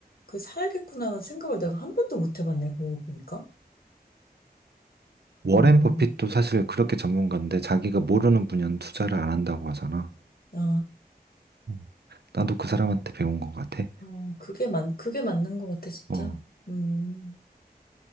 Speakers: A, on the left; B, on the right.
A: 그, 사야겠구나라는 생각을 내가 한 번도 못 해봤네, 그러고 보니까.
B: 워렌
A: 음,
B: 버핏도 사실 그렇게 전문가인데 자기가 모르는 분야는 투자를 안 한다고 하잖아.
A: 아,
B: 음. 나도 그 사람한테 배운 것 같아.
A: 아, 그게 맞, 그게 맞는 것 같아, 진짜.
B: 어,
A: 음,